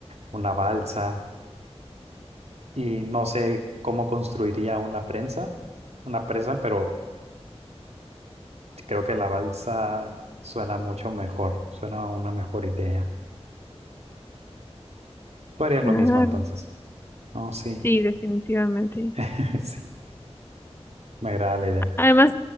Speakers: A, on the right; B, on the left.
A: una balsa y no sé cómo construiría una prensa, una presa, pero creo que la balsa suena mucho mejor, suena a una mejor idea. Tú harías
B: Claro.
A: lo mismo entonces. No, sí.
B: Sí, definitivamente.
A: <laughs> Sí. Me agrada la idea.
B: Además,